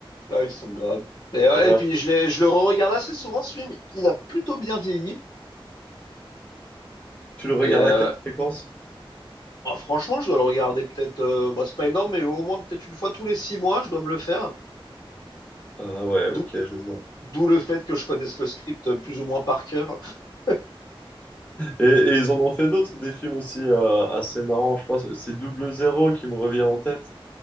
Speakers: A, on the left (about 55°); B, on the left (about 15°).
A: Ah, ils sont graves. Mais ouais,
B: Ah,
A: et puis je l'ai, je le re-regarde assez souvent, ce film. Il a plutôt bien vieilli.
B: tu le regardes
A: Et euh,
B: à quelle fréquence?
A: Ah, franchement, je dois le regarder peut-être. euh, bah, c'est pas énorme, mais au moins peut-être une fois tous les six mois, je dois me le faire.
B: Ah ouais,
A: D'où,
B: ok, je vois.
A: d'où le fait que je connaisse le script euh, plus ou moins par cœur. <laughs>
B: Et, et ils en ont fait d'autres, des films aussi euh, assez marrants, je crois. C'est Double Zéro qui me revient en tête.